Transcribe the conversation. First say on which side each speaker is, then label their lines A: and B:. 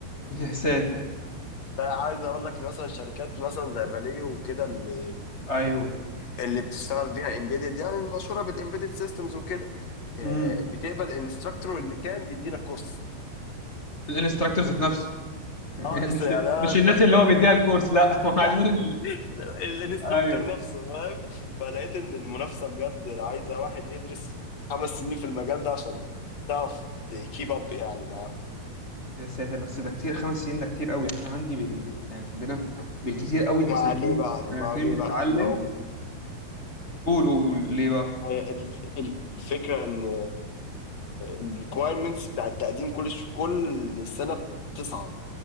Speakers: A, on the left (about 20°); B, on the left (about 45°).
A: الله يا ساتر
B: عايز اقول لك إن مثلا شركات مثلا زي فاليو وكده اللي
A: ايوه
B: اللي بتشتغل بيها امبيدد يعني المشهوره بالامبيدد سيستمز وكده آه،
A: امم
B: بتقبل الانستراكتور اللي كان بيدينا كورس
A: الانستراكتور ذات نفسه <laughs>
B: اه لسه
A: مش
B: يعني أنا
A: مش الناس
B: ف...
A: اللي هو بيديها الكورس لا
B: <laughs>
A: <laughs> ما هو عايزين
B: لا
A: ال-
B: الانستراكتور
A: ايوه
B: نفسه فاهم فلقيت ان المنافسه بجد عايزه واحد يدرس خمس سنين في المجال ده عشان تعرف تكيب اب يعني معاهم
A: يا ساتر بس ده كتير خمس سنين ده كتير قوي يعني انا عندي بال... يعني عندنا بالكتير قوي انت
B: مع
A: سنتين
B: ليه بقى
A: سنتين
B: مع ليه
A: بتتعلم
B: بقى ان هو
A: قول قول قول ليه بقى
B: هي الف- الفكرة إن الريكوايرمنتس بتاع التقديم كل ش- كل سنة بتصعب